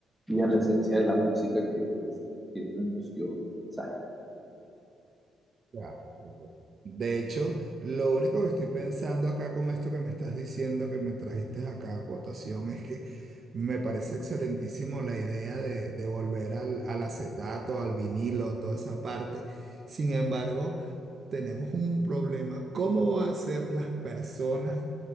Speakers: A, in the centre; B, on the right.
A: y a la esencia de la música que pues tiene una emoción, un mensaje.
B: Claro, claro. De hecho, lo único que estoy pensando acá con esto que me estás diciendo, que me trajiste acá a cotación, es que me parece excelentísimo la idea de, de volver al, al acetato, al vinilo, a toda esa parte. Sin embargo, tenemos un problema. ¿Cómo va a ser las personas?